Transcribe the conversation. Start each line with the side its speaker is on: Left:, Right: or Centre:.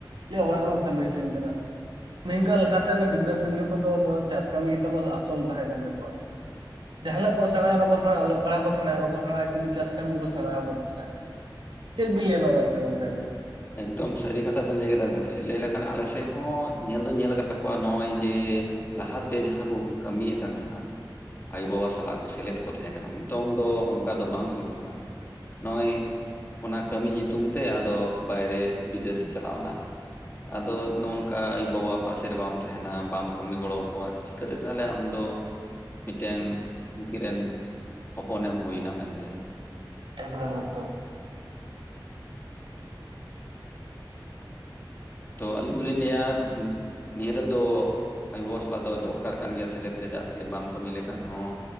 Right: ᱞᱟᱹᱭᱟᱭ ᱚᱲᱟᱜ ᱨᱮᱦᱚᱸ ᱠᱟᱹᱢᱤ ᱚᱪᱚᱣᱟᱧ ᱠᱟᱱᱟ᱾ ᱱᱤᱝᱠᱟ ᱞᱟᱦᱟᱛᱮᱱ ᱜᱤᱫᱽᱨᱟᱹ ᱯᱤᱫᱽᱨᱟᱹ ᱠᱚᱫᱚ ᱱᱚᱣᱟ ᱪᱟᱥ ᱠᱟᱹᱢᱤ ᱜᱮᱛᱚ ᱠᱚ ᱟᱥᱚᱞ ᱛᱟᱦᱮᱸ ᱠᱟᱱ ᱛᱟᱠᱚᱣᱟ᱾ ᱡᱟᱦᱟᱱᱟᱜ ᱠᱚ ᱥᱮᱬᱟ ᱵᱟᱠᱚ ᱥᱮᱬᱟ ᱚᱞᱚᱜ ᱯᱟᱲᱦ ᱠᱚ ᱥᱮᱬᱟᱭᱟ ᱵᱟᱠᱚ ᱥᱮᱬᱟᱭ ᱠᱤᱱᱛᱩ ᱪᱟᱥ ᱠᱟᱹᱢᱤ ᱫᱚᱠᱚ ᱥᱮᱬᱟ ᱵᱟᱠᱚ ᱛᱟᱦᱮᱸᱱᱟ ᱪᱮᱫ ᱵᱤᱱ ᱞᱟᱹᱭᱟ ᱱᱚᱭᱟ ᱵᱟᱨᱮᱛᱚᱜ ᱜᱚᱝᱠᱮ ᱟᱵᱮᱱ?
Left: ᱮᱠᱫᱚᱢ ᱥᱟᱹᱨᱤ ᱠᱟᱛᱷᱟ ᱵᱮᱱ ᱞᱟᱹᱭ ᱠᱟᱫᱟ ᱜᱚᱝᱠᱮ ᱞᱟᱹᱭ ᱞᱮᱠᱷᱟᱱ ᱟᱞᱮ ᱥᱮᱫ ᱦᱚᱸ ᱧᱮᱞ ᱫᱚᱧ ᱧᱮᱞ ᱟᱠᱟᱫ ᱠᱚᱣᱟ ᱱᱚᱜᱼᱚᱭ ᱡᱮ, ᱞᱟᱦᱟᱛᱮ ᱡᱟᱦᱟᱸ ᱠᱚ ᱠᱟᱹᱢᱤᱭᱮᱫ ᱠᱟᱱ ᱛᱟᱦᱮᱱᱟ ᱟᱭᱳᱵᱟᱵᱟ ᱥᱟᱞᱟᱜ, ᱥᱮᱞᱮᱫ ᱠᱚ ᱛᱟᱦᱮᱸ ᱠᱟᱱᱟ ᱱᱤᱛᱚᱝ ᱫᱚ, ᱚᱱᱠᱟ ᱫᱚ ᱵᱟᱝ ᱦᱩᱭᱩᱜ ᱠᱟᱱᱟ ᱱᱚᱜᱼᱚᱭ ᱚᱱᱟ ᱠᱟᱹᱢᱤ ᱧᱩᱛᱩᱢ ᱛᱮ ᱟᱫᱚ, ᱵᱟᱭᱨᱮ ᱵᱤᱫᱮᱥᱮ ᱪᱟᱞᱟᱣᱱᱟ᱾ ᱟᱫᱚ ᱱᱚᱜᱼ ᱱᱚᱝᱠᱟ ᱟᱭᱩᱼᱵᱟᱵᱟ ᱯᱟᱥᱮ ᱨᱮ ᱵᱟᱢ ᱛᱟᱦᱮᱱᱟ ᱵᱟᱢ ᱠᱟᱹᱢᱤ ᱜᱚᱲᱚᱣᱟᱠᱚᱭᱟ, ᱪᱤᱠᱟᱹᱛᱮ ᱛᱟᱦᱚᱞᱮ ᱟᱢᱫᱚ ᱢᱤᱫᱴᱮᱱ ᱩᱱᱠᱤᱱ ᱨᱮᱱ ᱦᱚᱯᱚᱱᱮᱢ ᱦᱩᱭᱱᱟ ᱢᱮᱱᱛᱮ᱾
Right: ᱮᱠᱫᱚᱢ ᱮᱠᱫᱚᱢ,
Left: ᱛᱚ ᱟᱹᱞᱤᱧ ᱫᱚᱞᱤᱧ ᱞᱟᱹᱭᱟ, ᱱᱤᱭᱟᱹ ᱨᱮᱫᱚ ᱟᱭᱩ ᱵᱟᱵᱟ ᱥᱟᱞᱟᱜ ᱫᱚ ᱫᱚᱨᱠᱟᱨ ᱠᱟᱱ ᱜᱮᱭᱟ ᱥᱮᱞᱮᱫ ᱨᱮ ᱪᱮᱫᱟᱜ ᱥᱮ ᱵᱟᱢ ᱠᱟᱹᱢᱤ ᱞᱮᱠᱷᱟᱱ ᱦᱚᱸ,